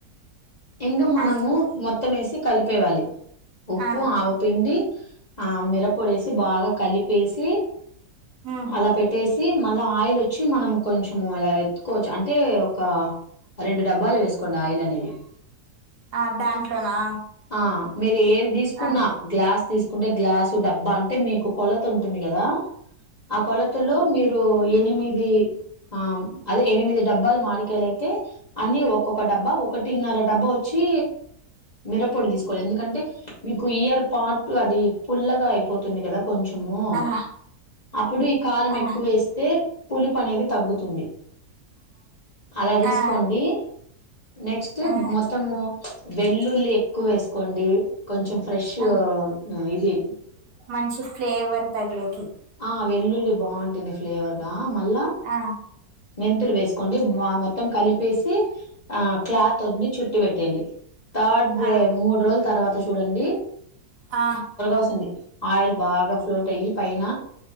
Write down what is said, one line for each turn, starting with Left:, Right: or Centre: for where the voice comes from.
Left: ఇంగా మనము
Right: ఆ చెప్
Left: మొత్తమేసి కలిప్ ప్పేవాలి ఉప్పు
Right: ఆ
Left: ఆవ పిండి ఆ మిరపొడేసి బాగా కలిపేసి
Right: ఉమ్
Left: అలా పెట్టేసి మళ్ళా ఆయిల్ వచ్చి మనం కొంచెంము ఇలా లేతుకోవచ్చు అంటే ఒక రెండు డబ్బాలు వేసుకోండి ఆయిల్ అనేది
Right: ఆ దాంట్లోనా
Left: ఆ ఆ మీర్ ఏది తీసుకున్నా
Right: ఆ
Left: గ్లాస్ తీసు అంటే గ్లాసు డబ్బా అంటే మీకు కొలత ఉంటుంది గదా ఆ కొలతలో మీరు ఎనిమిది అ అదే ఎనిమిది డబ్బాాలు మరి. కెలైతే అని ఒక్కొక్క డబ్బా ఒకటిన్నర డబ్బో వొచ్చి మిర్పొడి తీసుకోలె ఎందుకంటే. మీకు ఇయర్ పాట్. లది. పుల్లగా అయిపోతుంది కదా కొంచెమో
Right: ఆ
Left: అప్పుడు ఈ కారం
Right: ఆ
Left: ఎక్కువ వేస్తే పులుపు అనేది తగ్గుతుంది అలా తీసుకోండి
Right: ఆ
Left: నెక్స్ట్
Right: ఆ
Left: మొతము వెల్లుల్లి ఎక్కువ వేసుకోండి కొంచెం ఫ్రెష్.
Right: ఆ
Left: వీజీ.
Right: మంచి ఫ్లేవర్ తగిలె కి.
Left: ఆ వెల్లుల్లి బాటుంది ఫ్లేవర్ గా. ఆ మళ్ళ.
Right: ఆ
Left: మెంతులు వేసుకోండి వ మొత్తం కలిపేసి. ఆ క్లాత్ ఉన్నీ చుట్టి వెట్. తెండి. స్టార్ట్ జె
Right: ఆ
Left: మూడు రోజు. తరవత శుడండీ.
Right: ఆ.
Left: వొస్తుంది ఆయిల్ బాగా ఫ్లోట్ అయి పైన.